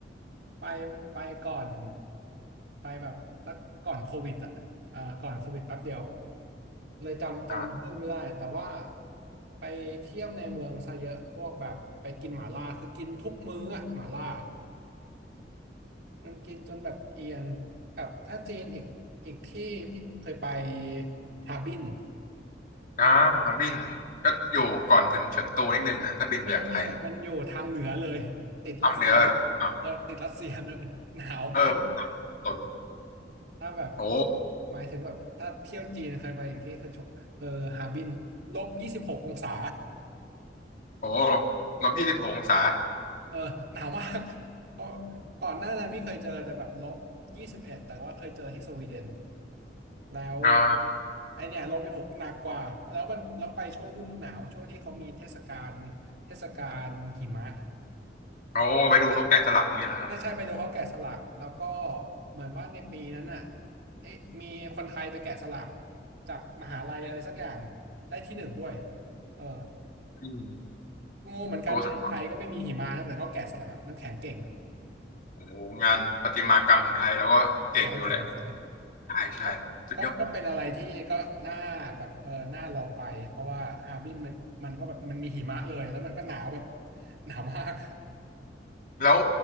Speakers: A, on the right; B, on the left.
A: <laughs> ไปไปก่อนไปแบบสักก่อนโควิดอะเอ่อก่อนโควิดแป๊บเดียวเลยจำจำชื่อไม่ได้แต่ว่า
B: อ่า
A: ไปเที่ยวในเมืองซะเยอะพวกแบบไปกินหม่าล่าคือกินทุกมื้ออะหม่าล่ามันกินจนแบบเอียนกับถ้าจีนอีกอีกที่พี่เคยไปฮาร์บิน
B: อ่าครับบินก็อยู่ก่อนถึงเฉิงตูนิดนึงนะถ้าบินไปจากไทย
A: ไม่ใช่ไม่ใช่มันอยู่ทางเหนือเลยติดรัสเซีย
B: เอาเหนือเหรออ่ะ
A: เออติดรัสเซียเลยหนาวมาก
B: เออผมสับสน
A: ถ้าแบบ
B: โอ้
A: หมายถึงแบบถ้าเที่ยวจีนเคยไปอีกที่คือชเออฮาร์บินลบยี่สิบหกองศา
B: โหลบยี่สิบหกองศา
A: <laughs> เออหนาวมาก <laughs> เพราะก่อนหน้านั้นพี่เคยเจอแต่แบบลบยี่สิบเอ็ดแต่ว่าเคยเจอที่สวีเดนแล้ว
B: อ่า
A: ไอเนี่ยลบไปหกหนักกว่าแล้วมันแล้วไปช่วงฤดูหนาวช่วงที่เขามีเทศกาลเทศกาลหิมะ
B: โอ้ไปดูเขาแกะสลักนี่เหรอครับ
A: ใช่ใช่ไปดูเขาแกะสลักแล้วก็เหมือนว่าในปีนั้นน่ะเอ๊ะมีคนไทยไปแกะสลักจากมหาลัยอะไรสักอย่างได้ที่หนึ่งด้วยเออ
B: อืม
A: งงเหมือนกันประเทศไทยก็ไม่มีหิมะนะแต่เขาแกะสลักน้ำแข็งเก่ง
B: โอ้ โอ้โหงานประติมากรรมของไทยแล้วก็เก่งอยู่แหละ
A: สวยสวยสวย
B: ใช่ใช่สุดยอด
A: ก็ก็ก็เป็นอะไรที่ก็น่าแบบเออน่าลองไปเพราะว่าฮาร์บินมันมันก็แบบมันมีหิมะเลยแล้วมันก็หนาวแบบหนาวมาก
B: แล้ว